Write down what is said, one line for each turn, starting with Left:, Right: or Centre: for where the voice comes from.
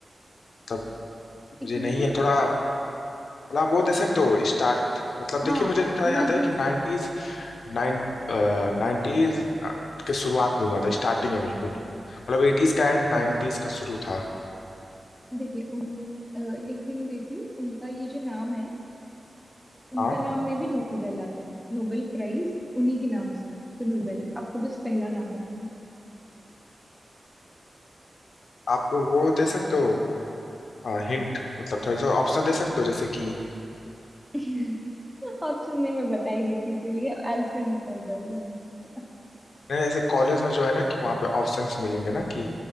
Left: तब
Centre: एक
Left: मुझे
Centre: हिंट
Left: नहीं
Centre: दूं
Left: है थोड़ा थोड़ा आप वो दे सकते हो स्टार्ट मतलब देखिए
Centre: हाँ
Left: मुझे इतना याद
Centre: मैं
Left: है
Centre: हिंट
Left: कि नाइन्टीज नाइन नाइन्टीज के शुरुआत में हुआ था स्टार्टिंग में बिल्कुल मतलब एटीज का एंड नाइन्टीज
Centre: देखिए
Left: का शुरू था
Centre: देखिए उन अ, एक हिंट देती हूँ उनका ये जो नाम है उनका
Left: हाँ
Centre: नाम में भी नोबेल आता है नोबेल प्राइज उन्हीं के नाम से है। तो नोबेल है आपको बस पहला नाम बताना है
Left: आप वो दे सकते हो हिंट मतलब थोड़ी सा ऑप्शन दे सकते हो जैसे कि
Centre: <laughs> ऑप्शन नहीं मैं बता ही देती चलिए अल्फ्रेड नोबेल नाम है उनका।
Left: नहीं जैसे कॉलेज में जो है ना कि वहाँ पे ऑप्शंस मिलेंगे ना कि